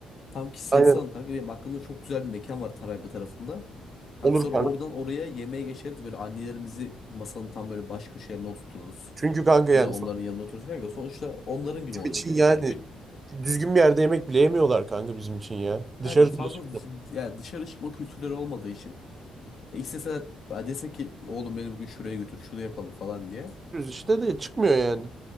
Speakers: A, on the left (about 60°); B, on the right (about 30°).
A: Tam ki sayısı
B: aynen
A: alalım kanka. Benim aklımda çok güzel bir mekan var Tarabya tarafında. Kanka
B: olur
A: sonra
B: kanka.
A: oradan oraya yemeğe geçeriz. Böyle annelerimizi masanın tam böyle baş köşelerine oturturuz.
B: Çünkü kanka yani
A: Biz de onların yanına otururuz kanka. Sonuçta onların günü
B: Bizim
A: olacak
B: için
A: yani.
B: yani
A: Bugün
B: düzgün bir yerde yemek bile yemiyorlar kanka bizim için ya. Dışarı
A: kanka fazla
B: çıkıyoruz
A: dış- yani dışarı çıkma kültürleri olmadığı için. E, isteseler ha, dese ki oğlum beni bugün şuraya götür şunu yapalım falan diye.
B: işte de çıkmıyor yani.